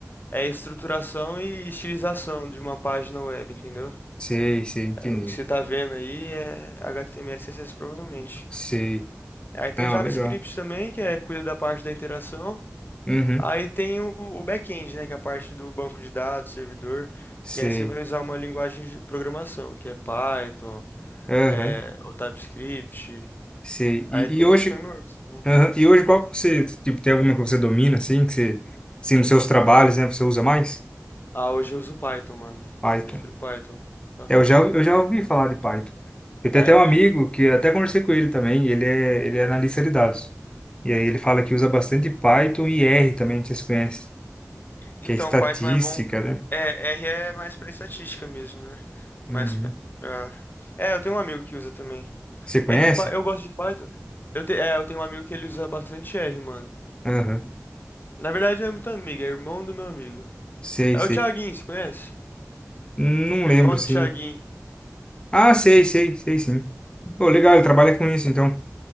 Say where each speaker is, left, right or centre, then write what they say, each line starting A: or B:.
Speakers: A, on the left; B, on the left.
A: é estruturação e estilização de uma página web, entendeu?
B: Sei, sei, entendi.
A: É, o que você tá vendo aí é HTML, CSS provavelmente.
B: Sei.
A: Aí tem
B: Não,
A: o JavaScript
B: legal.
A: também, que é cuida da parte da interação.
B: Uhum.
A: Aí tem o, o back-end, né, que é a parte do banco de dados, servidor,
B: Sei.
A: que aí você vai usar uma linguagem de programação, que é Python,
B: Aham.
A: é, o TypeScript.
B: Sei.
A: Aí
B: E,
A: tem
B: e hoje,
A: os frameworks também.
B: aham. E hoje qual que você, tipo, tem alguma que você domina, assim, que você, assim, nos seus trabalhos, né, você usa mais?
A: Ah, hoje eu uso Python, mano.
B: Python.
A: Eu prefiro Python. Aham.
B: É, Eu já, eu já ouvi falar de Python. Eu tenho
A: Ah,
B: até um
A: É.
B: amigo que até conversei com ele também, ele é, ele é analista de dados. E aí ele fala que usa bastante Python e R também, não sei se você conhece, que
A: Então,
B: é estatística,
A: Python é bom.
B: né?
A: É, R é mais pra estatística mesmo, né? Mais
B: Uhum.
A: pra... É, eu tenho um amigo que usa também.
B: Você conhece?
A: É que Py- eu gosto de Python. Eu te- É, eu tenho um amigo que ele usa bastante R, mano.
B: Aham.
A: Na verdade, não é muito amigo, é irmão do meu amigo.
B: Sei,
A: É
B: sei.
A: o Thiaguinho, você conhece?
B: Não
A: Irmão
B: lembro, assim.
A: do Thiaguinho.
B: Ah, sei, sei, sei sim. Pô, legal,
A: Uhum.
B: ele trabalha com isso, então.